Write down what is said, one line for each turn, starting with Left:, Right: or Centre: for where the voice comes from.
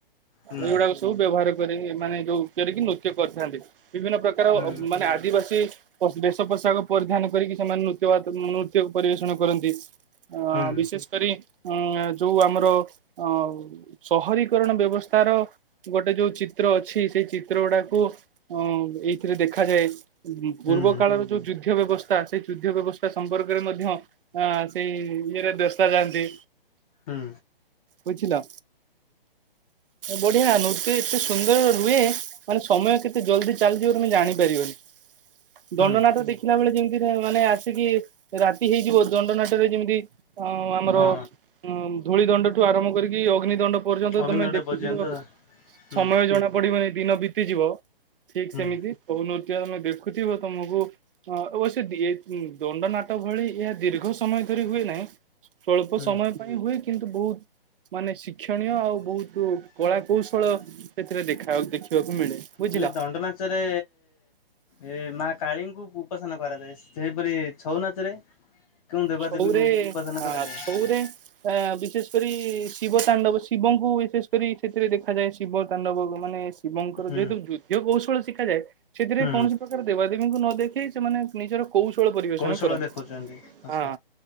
Left: ହୁଁ।
Right: ଏଇଗୁଡା ସବୁ ବ୍ୟବହାର କରି ଏ ମାନେ ଯୋଉ କରିକି ନୃତ୍ୟ କରିଥାନ୍ତି। ବିଭିନ୍ନ ପ୍ରକାର
Left: ହୁଁ
Right: ଅ ମାନେ ଆଦିବାସୀ ପ ବେଶ ପୋଷାକ ପରିଧାନ କରିକି ସେମାନେ ନୃତ୍ୟ ବା ନୃତ୍ୟ ପରିବେଷଣ କରନ୍ତି ଅ
Left: ହୁଁ
Right: ବିଶେଷ କରି ଉଁ ଯୋଉ ଆମର ଅ ସହରୀକରଣ ବ୍ୟବସ୍ଥାର ଗୋଟେ ଯୋଉ ଚିତ୍ର ଅଛି ସେଇ ଚିତ୍ର ଗୁଡାକୁ ଅ ଏଇଥିରେ ଦେଖାଯାଏ। ପୂର୍ବ
Left: ହୁଁ
Right: କାଳର ଯୋଉ ଯୁଦ୍ଧ ବ୍ୟବସ୍ଥା ସେଇ ଯୁଦ୍ଧ ବ୍ୟବସ୍ଥା ସମ୍ପର୍କରେ ମଧ୍ୟ ହଁ ସେଇ ଇଏରେ ଦେଶା ଯାଆନ୍ତି।
Left: ହୁଁ।
Right: ବୁଝିଲ। ବଢିଆ ନୃତେ ଏତେ ସୁନ୍ଦର ରୁହେ ମାନେ ସମୟ କେତେ ଜଲଦି ଚାଲିଯିବ ତମେ ଜାଣିପାରିବନି। ଦଣ୍ଡନାଟ
Left: ହୁଁ।
Right: ଦେଖିଲା ବେଳେ ଯେମିତି ମାନେ ଆସିକି ରାତି ହେଇଯିବ ଦଣ୍ଡନାଟରେ ଯେମିତି ଅ ଆମର
Left: ହଁ
Right: ଧୂଳି ଦଣ୍ଡଠୁ ଆରମ୍ଭ କରିକି ଅଗ୍ନି ଦଣ୍ଡ ପର୍ଯ୍ୟନ୍ତ
Left: ଅଗ୍ନିଦଣ୍ଡା
Right: ତମେ ଦେଖୁଥିବ
Left: ପର୍ଯ୍ୟନ୍ତ ହୁଁ
Right: ସମୟ ଜଣା ପଡିବନି ଦିନ ବିତିଯିବ ଠିକ୍
Left: ହୁଁ
Right: ସେମିତି କୋଉ ନୃତ୍ୟ ତମେ ଦେଖୁଥିବ ତମକୁ ହଁ ଓ ସେ ଦିଏ ଦଣ୍ଡନାଟ ଭଳି ଏହା ଦୀର୍ଘ ସମୟ ଧରି ହୁଏ ନାହିଁ। ସଳ୍ପ
Left: ହୁଁ
Right: ସମୟ ପାଇଁ ହୁଏ କିନ୍ତୁ ବହୁତ ମାନେ ଶିକ୍ଷଣୀୟ ଆଉ ବହୁତ କଳା କୌଶଳ ସେଥିରେ ଦେଖାଉ ଦେଖିବାକୁ ମିଳେ। ବୁଝିଲ।
Left: ହେଲେ ଦଣ୍ଡ ନାଚରେ ଏ ମା କାଳୀଙ୍କୁ ଉପାସନା କରାଯାଏ ସେହିପରି ଛଉ ନାଚ ରେ କେଉଁ ଦେବା
Right: ଛଉରେ
Left: ଦେବି ଙ୍କୁ ଉପାସନା
Right: ହଁ
Left: କରାଯାଏ?
Right: ଛଉରେ ଆ ବିଶେଷ କରି ଶିବ ତାଣ୍ଡବ ଶିବଙ୍କୁ ବିଶେଷ କରି ସେଥିରେ ଦେଖାଯାଏ ଶିବ ତାଣ୍ଡବକୁ ମାନେ ଶିବଙ୍କର
Left: ହୁଁ
Right: ଯେହେତୁ ଯୁଦ୍ଧ କୌଶଳ ଶିଖାଯାଏ ସେଥିରେ
Left: ହୁଁ
Right: କୌଣସି ପ୍ର ଦେବାଦେବୀଙ୍କୁ ନ ଦେଖେଇ ସେମାନେ ନିଜର କୌଶଳ ପରିବେଷଣ
Left: କୌଶଳ
Right: କରନ୍ତି।
Left: ଦେଖୁଛନ୍ତି। ଆଚ୍ଛା
Right: ହଁ